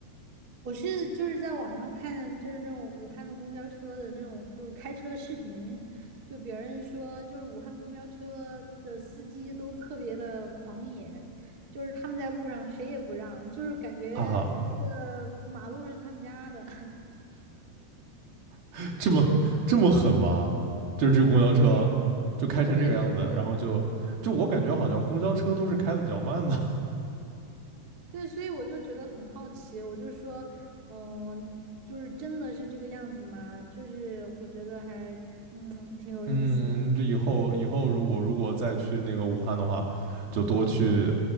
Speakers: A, on the right; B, on the right.
A: 我是就是在网上看，就是那种武汉的公交车的那种，就是开车视频，就别人说，就是武汉公交车的司机都特别的狂野，就是他们在路上谁也不让，就是感觉这个马路是他们家的。
B: 哈哈，<laughs> 这么这么狠吗？就是这公交车就开成这个样子，
A: 对对对对
B: 然后就就我感觉好像公交车都是开的比较慢的。
A: 对，所以我就觉得很好奇，我就说，嗯，就是真的是这个样子吗？就是我觉得还，嗯，挺有意思的。
B: 嗯，这以后以后如果如果再去那个武汉的话，就多去